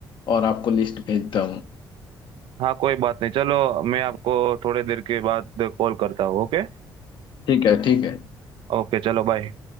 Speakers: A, on the left (about 65°); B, on the right (about 80°).
A: और आपको लिस्ट भेजता हूँ
B: हाँ कोई बात नहीं चलो मैं आपको थोड़ी देर के बाद कॉल करता हूँ ओके
A: ठीक है ठीक है
B: ओके चलो बाय